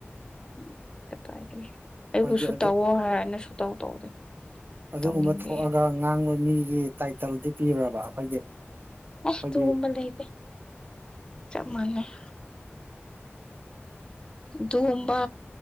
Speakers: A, on the left (about 20°); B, on the right (about 50°).
A: ꯎꯝ ꯀꯗꯥꯏꯗꯒꯤ ꯑꯩꯕꯨꯁꯨ
B: ꯑꯩꯈꯣꯏꯒꯤ ꯑꯗꯨ
A: ꯇꯧꯋꯣ ꯍꯥꯏꯔ ꯁꯨꯡꯇꯧ ꯇꯧꯗꯦ
B: ꯑꯗꯨꯒꯨꯝꯕ
A: ꯇꯧꯅꯤꯡꯗꯦ
B: ꯊꯣꯛꯑꯒ ꯉꯥꯡꯕ ꯃꯤꯒꯤ ꯇꯥꯏꯇꯜꯗꯤ ꯄꯤꯔꯨꯔꯕ ꯑꯩꯈꯣꯏꯒꯤ ꯑꯩꯈꯣꯏꯒꯤ
A: ꯑꯦ ꯇꯨꯒꯨꯝꯕ ꯂꯩꯗꯦ ꯆꯞ ꯃꯥꯟꯅꯩ ꯑꯗꯨꯒꯨꯝꯕ